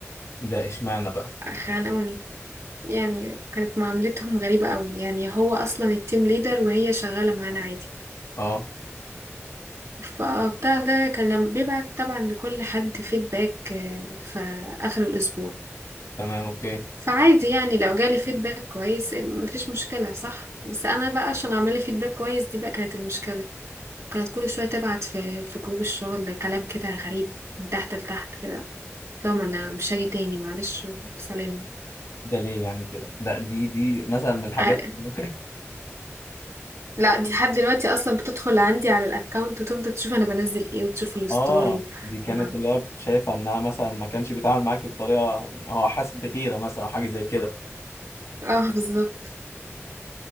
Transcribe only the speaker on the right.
خانقوني يعني كانت معاملتهم غريبه قوي يعني هو اصلا التيم ليدر وهي شغاله معانا عادي
فبتاع ده كان لما بيبعت طبعا لكل حد فيدباك في اخر الاسبوع
فعادي يعني لو جالي فيدباك كويس مفيش مشكلة صح بس أنا بقى عشان أعمل لي فيدباك كويس دي بقى كانت المشكلة كانت كل شوية تبعت في في جروب الشغل كلام كده غريب من تحت لتحت كده لو ما أنا مش هاجي تاني معلش وسلام
ع-
لا دي لحد دلوقتي أصلا بتدخل عندي على الأكاونت وتفضل تشوف أنا بنزل إيه وتشوف
الستوري
و...
اه
آه، بالظبط